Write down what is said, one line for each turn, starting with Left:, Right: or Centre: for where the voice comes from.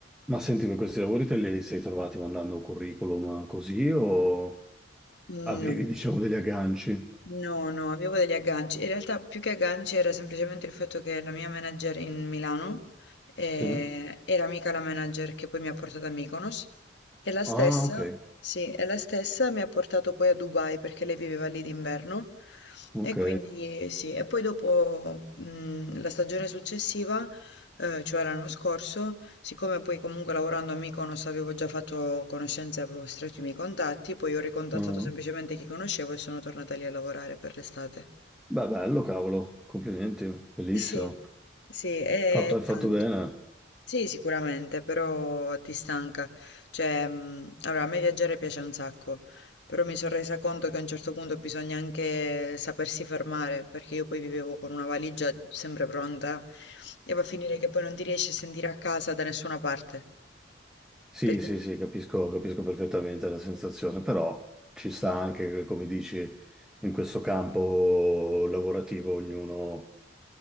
Centre: Ma senti, per questi lavori te li sei trovati mandando un curriculum così o
Left: No,
Centre: avevi, diciamo, degli agganci?
Left: no, no, avevo degli agganci. In realtà più che agganci era semplicemente il fatto che la mia manager in Milano eh,
Centre: Sì.
Left: era amica la manager che poi mi ha portato a Mykonos e la stessa,
Centre: Ah, ok,
Left: sì, e la stessa mi ha portato poi a Dubai perché lei viveva lì d'inverno
Centre: ok.
Left: e quindi sì, e poi dopo mh, la stagione successiva, eh, cioè l'anno scorso, Siccome poi comunque lavorando a Mykonos avevo già fatto conoscenze, avevo stretto i miei contatti, poi ho ricontattato
Centre: Ah.
Left: semplicemente chi conoscevo e sono tornata lì a lavorare per l'estate.
Centre: Beh, bello, cavolo, complimenti, bellissimo.
Left: Sì, sì, è
Centre: Fatto, hai
Left: tanto.
Centre: fatto bene.
Left: Sì, sicuramente, però ti stanca. Cioè, mh, allora, a me viaggiare piace un sacco, però mi sono resa conto che a un certo punto bisogna anche sapersi fermare, perché io poi vivevo con una valigia sempre pronta e va a finire che poi non ti riesci a sentire a casa da nessuna parte.
Centre: Sì,
Left: Perché?
Centre: sì, sì, capisco, capisco perfettamente la sensazione, però ci sta anche che, come dici, in questo campo lavorativo ognuno,